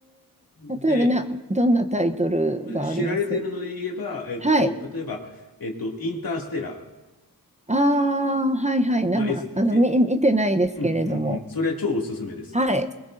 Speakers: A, on the left; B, on the right.
A: で、
B: 例えばな、どんなタイトルがあります
A: む知られているので言えば、えっと、
B: はい。
A: 例えば、えっと、インターステラー。
B: ああはいはい。生、
A: まあ、S、
B: あの、
A: え、
B: 見、見てないですけれども。
A: うんうんうん。それは超おすすめです。
B: はい。